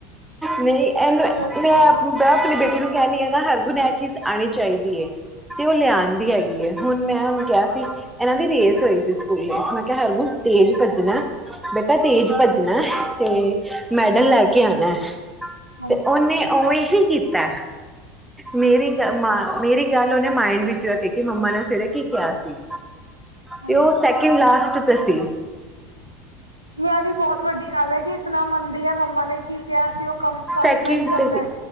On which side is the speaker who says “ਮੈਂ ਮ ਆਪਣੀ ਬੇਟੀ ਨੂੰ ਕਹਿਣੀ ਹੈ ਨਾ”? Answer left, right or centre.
Centre